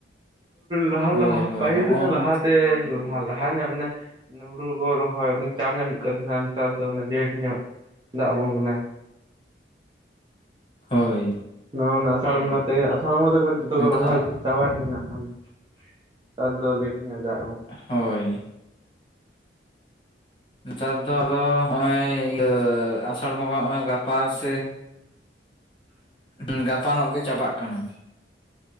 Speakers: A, on the right (about 25°); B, on the left (about 30°).
A: ᱞᱟᱦᱟ
B: ᱦᱳᱭ
A: ᱞᱟᱦᱟ
B: ᱦᱳᱭ
A: ᱯᱟᱹᱦᱤᱞ
B: ᱦᱚᱜᱼᱚ
A: ᱫᱚ
B: ᱱᱟ
A: ᱞᱟᱦᱟᱛᱮ ᱞᱟᱦᱟ ᱧᱚᱜ ᱢᱟᱱᱮ ᱦᱩᱲᱩ ᱠᱚ ᱨᱚᱦᱚᱭ ᱪᱟᱬ ᱧᱚᱜ ᱦᱩᱭᱩᱜ ᱠᱟᱱ ᱛᱟᱦᱮᱸᱱᱟ ᱱᱮᱛᱟᱨ ᱫᱚ ᱞᱮᱴ ᱧᱚᱜ ᱫᱟᱜ ᱟᱵᱚᱱ ᱠᱟᱱᱟ
B: ᱦᱳᱭ
A: ᱱᱚ ᱟᱥᱟᱲ ᱠᱚᱸᱜᱟ ᱛᱮᱜᱮ ᱟᱥᱟᱲ ᱵᱚᱸᱜᱟ ᱛᱮᱜᱮ ᱡᱚᱛᱚ
B: ᱱᱮᱛᱟᱨ
A: ᱠᱚ ᱨᱚᱦᱚᱭ
B: ᱫᱚ
A: ᱪᱟᱵᱟᱭᱮᱫ ᱛᱟᱦᱮᱱᱟ ᱦᱟᱱ <inaudible> ᱫᱚ ᱞᱮᱴ ᱧᱚᱜ ᱫᱟᱜ ᱜᱚᱢ
B: ᱦᱳᱭ ᱱᱮᱛᱟᱨ ᱫᱚ ᱟᱫᱚ ᱱᱚᱜᱼᱚᱸᱚᱭ ᱤᱭᱟᱹ ᱟᱥᱟᱲ ᱵᱚᱸᱜᱟ ᱱᱚᱜᱼᱚᱭ ᱜᱟᱯᱟ ᱥᱮ ᱩᱸᱜ ᱜᱟᱯᱟᱱᱚᱜ ᱜᱮ ᱪᱟᱵᱟᱜ ᱠᱟᱱᱟ᱾